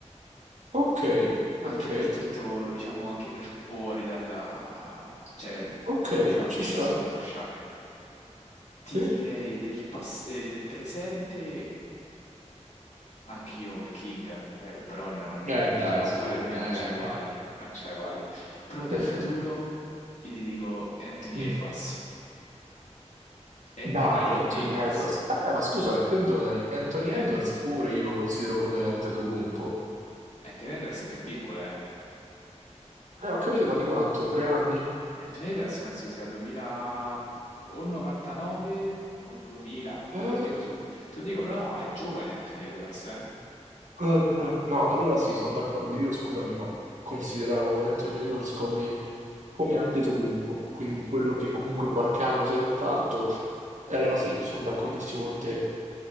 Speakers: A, on the right; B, on the left.
A: Ok, ok,
B: Anche per tutto, diciamo, anche per fuori dalla... cioè, l-
A: ok,
B: te fa
A: ci
B: pisciare
A: sta.
B: sotto, Shaq. Ti
A: Sì.
B: direi del, pass- eh, del presente, anch'io il King, eh, LeBron, non,
A: Eh,
B: non
A: dai,
B: c- a
A: su.
B: parer mio
A: eh.
B: non c'è uguali, non c'è uguali. Però del
A: <laughs>
B: futuro, io ti dico Anthony
A: Mm.
B: Edwards. Anthony
A: Dai, Anthony
B: Edwards.
A: Edwards. Vabbè, ma scusami, perdonami, Anthony
B: Eh,
A: Edwards pure io lo considero come Antetokounmpo.
B: Anthony Edwards è più piccolo, eh.
A: Eh, ho capito, ma di quanto? Tre anni?
B: Anthony Edwards penso sia 2000 o 99 o 2000,
A: Eh,
B: mo te lo dico su. Te lo dico, però no, è giovane Anthony Edwards, eh.
A: mm, mm. No, allora sì, sono d'accordo. Io, scusami, ma consideravo Anthony Edwards come, come Antetokounmpo, quindi quello che comunque qualche anno si era fatto. E allora sì, sono d'accordissimo con te.